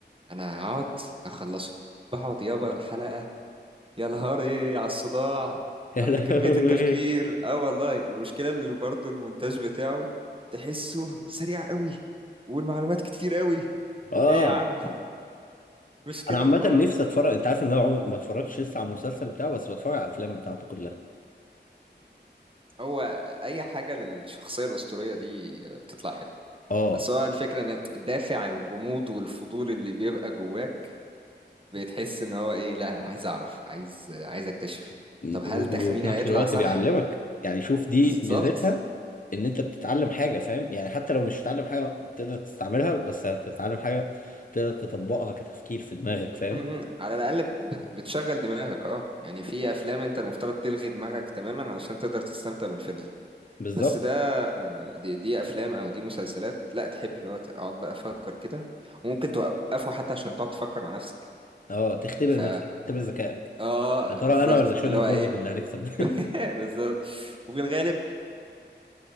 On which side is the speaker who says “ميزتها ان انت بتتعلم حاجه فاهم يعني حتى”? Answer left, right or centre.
Left